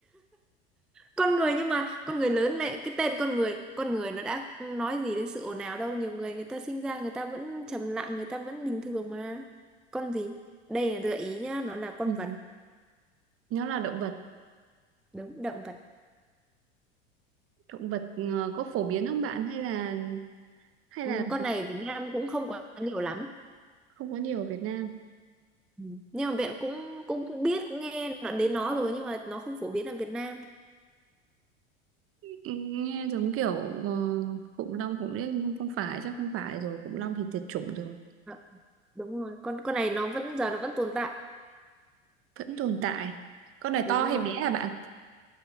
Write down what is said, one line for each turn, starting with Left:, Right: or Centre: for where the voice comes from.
Centre: con người nhưng mà con người lớn lại cái tên con người con người nó đã nói gì đến sự ồn ào đâu nhiều người người ta sinh ra người ta vẫn trầm lặng người ta vẫn bình thường mà con gì đây là gợi ý nhá nó là con
Right: Ừ.
Centre: vật
Right: nó là động vật
Centre: đúng động vật
Right: động vật ờ, có phổ biến không bạn hay là hay
Centre: ừ,
Right: là
Centre: con này Việt Nam cũng không quá nhiều lắm
Right: không có nhiều ở Việt Nam
Centre: ừ. nhưng mà bạn cũng cũng biết cũng nghe nó- đến nó rồi nhưng mà nó không phổ biến ở Việt Nam
Right: nghe giống kiểu uh, khủng long khủng liếc nhưng không phải chắc không phải rồi khủng long thì tuyệt chủng rồi
Centre: à, đúng rồi con con này nó vẫn giờ nó vẫn tồn tại
Right: vẫn tồn tại con này
Centre: đúng
Right: to hay
Centre: rồi
Right: bé à bạn